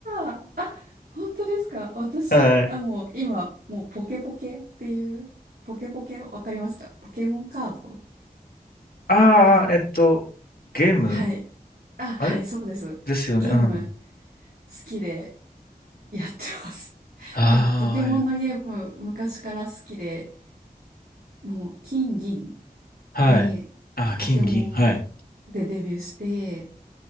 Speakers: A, on the right; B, on the left.
A: あ、あ、本当ですか私、
B: はい。
A: あ、もう今、もうポケポケっていう、ポケポケわかりますかポケモンカード
B: ああ、
A: なんか、
B: えっと、ゲーム
A: はい。あ、はい、
B: あれ
A: そうです。
B: ですよね。
A: ゲーム
B: うん。あ
A: 好きでやってます。<laughs>
B: あ、
A: もうポケモンのゲーム昔から好きで、もう金銀
B: はい。
A: でポケモン
B: あー、金銀。はい。
A: でデビューして、